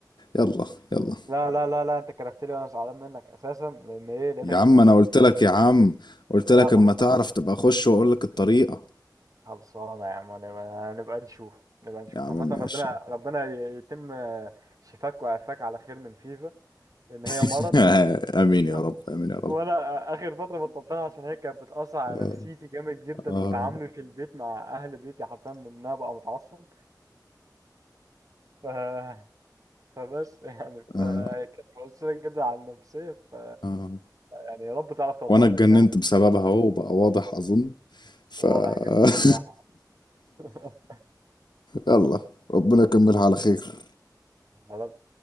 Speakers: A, on the left; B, on the right.
A: يلا يلا
B: لا لا لا لا انت كرفت لي وانا زعلان منك اساسا لان ايه لقيتك
A: يا عم
B: بتنزل
A: انا قلت
B: في
A: لك يا عم قلت
B: <laughs>
A: لك
B: لا ما
A: اما
B: حصل
A: تعرف تبقى خش واقول لك الطريقة
B: خلصانه يا عم نبقى نبقى نشوف نبقى نشوف
A: يا عم
B: عامه
A: ماشي
B: ربنا ربنا ي- يتم شفاك وعافاك على خير من فيفا لان هي مرض
A: <laughs> امين يا
B: <laughs>
A: رب امين يا رب
B: وانا اخر فتره بطلتها عشان هي كانت بتاثر على
A: آه
B: نفسيتي جامد جدا
A: آه
B: وتعاملي في البيت مع اهل بيتي حرفيا من ان انا بقى متعصب ف... <laughs> فبس يعني ف...
A: آه
B: كانت مؤثره جدا على النفسيه ف...
A: آه.
B: يعني يا رب تعرف تبطلها
A: وانا اتجننت
B: انت كمان
A: بسببها اهو بقى واضح اظن ف
B: واضح جدا
A: <laughs>
B: الصراحة <laughs>
A: يلا ربنا يكملها على خير
B: خلاص